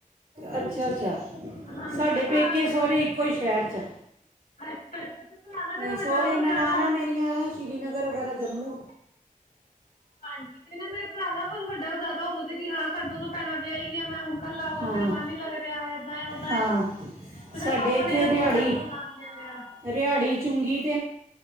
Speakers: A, on the right; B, on the left.
A: ਅੱਛਾ ਅੱਛਾ
B: ਹਾਂਜੀ
A: ਸਾਡੇ
B: ਤੇ ਭਰਾ
A: ਪੇਕੇ
B: ਮੇਰਾ
A: ਸਹੁਰੇ ਇੱਕੋ ਹੀ ਸ਼ਹਿਰ 'ਚ ਆ
B: ਅੱਛਾ ਅੱਛਾ ਤੇ ਭਰਾ ਨਾ ਮੇਰਾ
A: ਸਹੁਰੇ
B: ਵੱਡਾ ਵ
A: ਨਨਾਣਾ
B: ਜ਼ਿਆਦਾ
A: ਸ਼੍ਰੀਨਗਰ ਵਗੈਰਾ ਜਮੂ
B: ਹਾਂਜੀ ਤੇ ਨਾ ਮੇਰੇ ਭਰਾ ਦਾ ਕੋ ਵੱਡਾ ਜਾਦਾ ਹੁੰਦਾ ਸੀ ਹਾਂ ਸਾਡੇ ਦੋ ਭੈਣਾਂ ਵਿਆਈ ਗੀਆਂ ਮੈਂ ਹੁਣ ਕੱਲਾ ਵਾ
A: ਹਾਂ
B: ਮੇਰਾ ਮਨ ਹੀ ਲੱਗ ਰਿਹਾ ਏਦਾਂ ਏ ਓਦਾਂ
A: ਹਾਂ
B: ਏ ਤੇ ਫੇਰ
A: ਸਾਡੇ
B: ਪਾਪਾ
A: ਇੱਥੇ
B: ਨੇ ਹਰਿਆਣਾ
A: ਰਿਹਾੜੀ
B: ਹੀ ਮਕਾਨ ਲੈ ਲਿਆ
A: ਰਿਹਾੜੀ ਚੁੰਗੀ